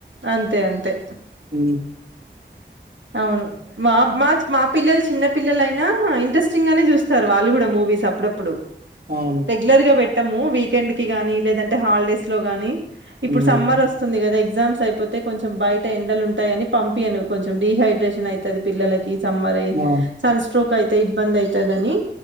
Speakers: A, on the right; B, on the right.
A: అంతే అంతే
B: ఉ
A: అవును మా మా మా పిల్లలు చిన్న పిల్లలయినా ఇంట్రెస్టింగ్ గానే చూస్తారు వాళ్ళు కూడా మూవీస్ అప్పుడప్పుడు
B: అవును
A: రెగ్యులర్ గా పెట్టము వీకెండ్ కి కానీ లేదంటే హాలిడేస్ లోగానీ ఇప్పుడు
B: హ్మ్.
A: సమ్మర్ వస్తుంది కదా ఎ ఎగ్జామ్స్ అయిపోతే కొంచెం బయట ఎండలు ఉంటాయని పంపియ ను కొంచెం డిహైడ్రేషన్ అయితది పిల్లల కి సమ్మరి
B: అవును.
A: సన్స్ట్రోక్ అయితే ఇబ్బంది అయితదని